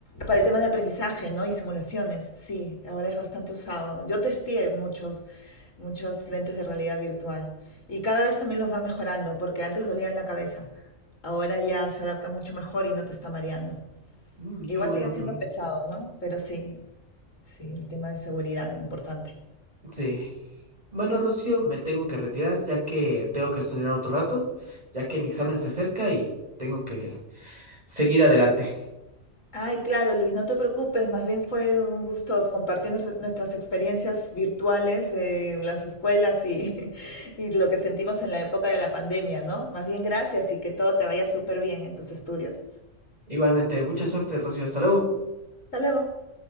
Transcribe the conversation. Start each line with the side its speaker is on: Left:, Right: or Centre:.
Left: para el tema de aprendizaje, ¿no? Y simulaciones, sí, ahora es bastante usado. Yo testé muchos, muchos lentes de realidad virtual y cada vez también los van mejorando porque antes dolían la cabeza. Ahora ya se adapta mucho mejor y no te está mareando.
Right: Mm,
Left: Igual
Right: qué bueno,
Left: sigue siendo
Right: qué bueno.
Left: pesado, ¿no? Pero sí, sí, el tema de seguridad importante.
Right: Sí. Bueno, Rocío, me tengo que retirar ya que tengo que estudiar otro rato, ya que mi examen se acerca y tengo que seguir adelante.
Left: Ay, claro, Luis, no te preocupes, más bien fue un gusto compartir nuestra- nuestras experiencias virtuales eh, en las escuelas y, <laughs> y lo que sentimos en la época de la pandemia, ¿no? Más bien gracias y que todo te vaya súper bien en tus estudios.
Right: Igualmente, mucha suerte, Rocío. Hasta luego.
Left: Hasta luego.